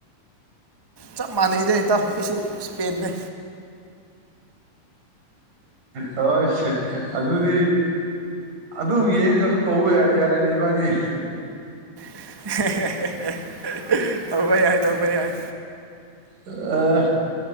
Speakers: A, on the right (about 25°); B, on the right (about 80°).
A: ꯆꯞ ꯃꯥꯟꯅꯩꯗ ꯏ ꯇꯥꯎ ꯑꯩꯁꯨ ꯏꯁꯄꯦꯟꯅꯦ
B: ꯍꯣꯏ ꯑꯗꯨꯗꯤ ꯑꯗꯨꯝ ꯌꯦꯡꯒꯁꯨ ꯇꯧꯕ ꯌꯥ ꯑꯩ ꯅꯕꯥꯅꯤ
A: <unintelligible> ꯇꯧꯕ ꯌꯥꯏ
B: ꯑ